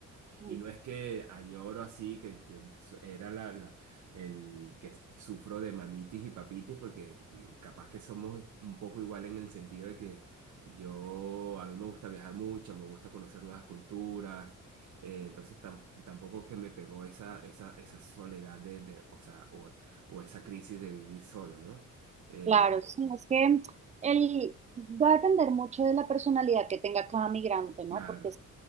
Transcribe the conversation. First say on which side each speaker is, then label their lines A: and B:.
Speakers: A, on the right; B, on the right.
A: ujú.
B: y no es que añoro así, que yo so- era la, la- el que sufro de mamitis y papitis, porque mm, capaz que somos e, un poco igual en el sentido de que yo, a mí me gusta viajar mucho, me gusta conocer nuevas culturas, eh, entonces tam- tampoco que me pegó esa, esa, esa soledad de, de- o sea, o, o esa crisis de vivir solo, ¿no? Eh,
A: claro, sí, es que el, va a depender mucho de la personalidad que tenga cada migrante, ¿no?
B: claro.
A: Porque